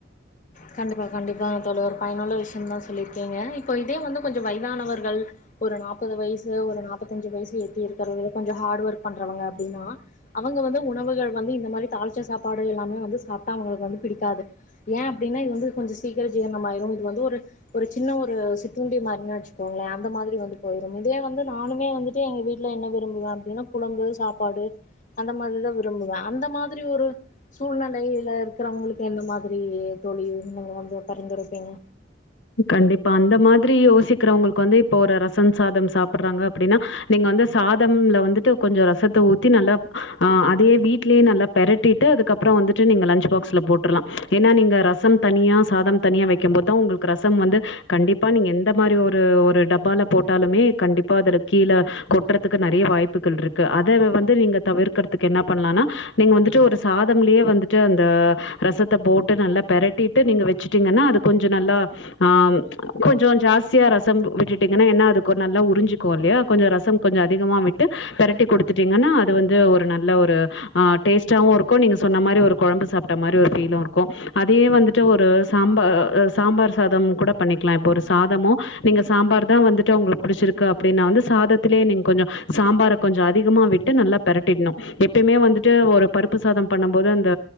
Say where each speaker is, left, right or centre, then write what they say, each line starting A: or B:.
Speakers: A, on the left (about 45°); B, on the left (about 85°).
A: கண்டிப்பா கண்டிப்பா தோழி ஒரு பயனுள்ள விஷயம் தான் சொல்லியிருக்கீங்க இப்போ இதே வந்து கொஞ்சோ வயதானவர்கள் ஒரு நாப்பது வயசு ஒரு நாற்பத்தஞ்சு வயசு எத்தி இருக்கறவ கொஞ்சோ ஹார்டு ஒர்க் பண்றவங்க அப்டினா அவங்க வந்து உணவுகள் வந்து இந்த மாரி தாளிச்ச சாப்பாடு எல்லாமே வந்து சாப்டா அவங்களுக்கு வந்து பிடிக்காது ஏன் அப்டினா இது வந்து கொஞ்சோ சீக்கிர ஜீரணம் ஆய்ரும் இது வந்து ஒரு ஒரு சின்ன ஒரு சிற்றுண்டி மாரினா வச் சிக்கோங்கள அந்த மாரி வந்து போய்ரும் இதே வந்து நானுமே வந்து இதே எங்க வீட்ல என்ன விரும்புவேன் அப்டினா குழம்பு சாப்பாடு அந்த மாரிதான் விரும்புவேன் அந்த மாதிரி ஒரு சூழ்நிலையில இருக்குறவங்களுக்கு எந்த மாதிரி தோழி என்ன வந்து பரிந்துரைப்பிங்க
B: கண்டிப்பா அந்த மாதிரி யோசிக்கிறவங்களுக்கு வந்து இப்போ ஒரு ரசம் சாதம் சாப்டுறாங்க அப்டின்னா நீங்க வந்து சாதம்ல வந்துட்டு கொஞ்சோ ரசத்த ஊத்தி நல்லா ஆ அதே வீட்லயே நல்லா பெரட்டிட்டு அதுக்கு அப்பறம் வந்துட்டு நீங்க லஞ்ச் பாக்ஸ்ல போட்டுறலாம் ஏனா நீங்க ரசம் தனியா சாதம் தனியா வைக்கம் போதான் உங்களுக் ரசம் வந்து கண்டிப்பாக நீங்க எந்த மாரி ஒரு ஒரு டப்பால போட்டாலுமே கண்டிப்பா அதுல கீழ கொட்றதுக்கு நறைய வாய்ப்புக்கள் இருக்கு அத வந்து நீங்க தவிர்க்குறதுக்கு என்ன பண்ணலானா நீங்க வந்துட்டு ஒரு சாதம்லயே வந்துட்டு அந்த ரசத்த போட்டு நல்லா பெரட்டிட்டு நீங்க வச்சிட்டீங்கன்னா அது கொஞ்சோ நல்லா ஆ கொஞ்சோ ஜாஸ்தியா ரசம் விட்டுட்டீங்கன்னா என்ன அதுக்கு ஒரு நல்லா உறிஞ்சு க்கோ இல்லையா கொஞ்சோ ரசம் கொஞ்சோ அதிகமா விட்டு பெரட்டி கொடுத்துட்டீங்கன்னா அது வந்து ஒரு நல்ல ஒரு ஆ டேஸ்டாவு இருக்கு நீங்க சொன்ன மாரி ஒரு கொழம்பு சாப்ட மாரி ஒரு பீலு இருக்கு அதே வந்துட்டு ஒரு சாம்பார் சாம்பார் சாதம் கூட பண்ணிக்கலாம் இப்போ ஒரு சாதமு நீங்க சாம்பார் தா வந்துட்டு உங்களுக்கு புடிச்சிருக்கு அப்டினா வந்து சாதத்திலே நீங்க கொஞ்ச சாம்பார கொஞ்ச அதிகமா விட் ட்டு நல்லா பெரட்டிட்ணு எப்பையுமே வந்துட்டு ஒரு பருப்பு சாத பண்ணம் போது அந்த